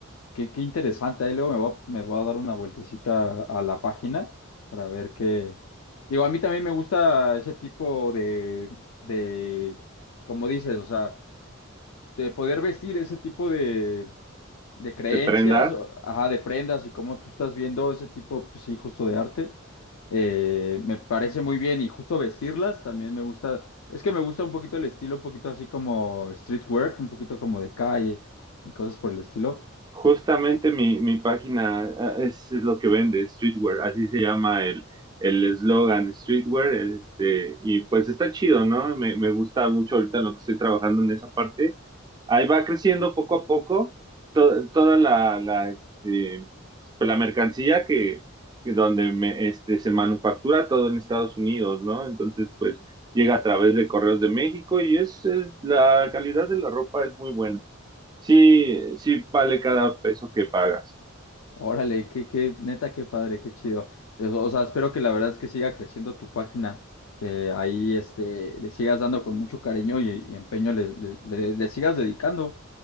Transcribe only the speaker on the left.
qué, qué interesante. Ahí luego me voy, a- me voy a dar una vueltecita a la página para ver qué. Digo, a mí también me gusta ese tipo de, de, como dices, o sea, de poder vestir ese tipo de, de creencias,
o- ajá, de prendas y cómo tú estás viendo ese tipo, pues sí, justo de arte. Eh, me parece muy bien y justo vestirlas también me gusta. Es que me gusta un poquito el estilo, un poquito así como streetwear, un poquito como de calle y cosas por el estilo.
Órale, qué, qué, neta, qué padre, qué chido. O o sea, espero que la verdad es que siga creciendo tu página, que ahí este, le sigas dando con mucho cariño y, y empeño, le, le le- le sigas dedicando.